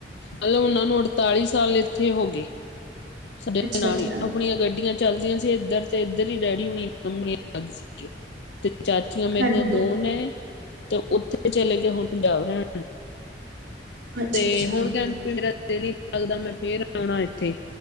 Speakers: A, on the left (about 65°); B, on the right (about 80°).
A: ਮਤਲਬ ਉਹਨਾਂ ਨੂੰ ਅੜਤਾਲੀ ਸਾਲ ਏਥੇ ਹੋਗੇ। ਸਾਡੇ
B: ਅੱਛਾ
A: ਦੇ ਨਾਲ
B: ਅੱਛਾ
A: ਹੀ ਆਪਣੀਆਂ ਗੱਡੀਆਂ ਚੱਲਦੀਆਂ ਸੀ। ਏਧਰ ਤੇ ਏਧਰ ਈ ਡੈਡੀ ਹੁਣੀ ਤੇ ਮੰਮੀ ਆਗੀ ਸੀਗੀ ਤੇ ਚਾਚ ਮੇਰੀਆਂ
B: ਹਾਂਜੀ
A: ਦੋ ਨੇ ਤੇ ਉੱਥੇ ਚਲੇ ਗਏ ਹੁਣ ਪੰਜਾਬ ਰਹਿਣ
B: ਅੱਛਾ
A: ਤੇ,
B: ਅੱਛਾ
A: ਹੁਣ ਕਹਿੰਦੇ ਮੇਰਾ ਦਿਲ ਹੀ ਨੀ ਲੱਗਦਾ, ਮੈਂ ਫੇਿਰ ਆਉਣਾ ਇੱਥੇ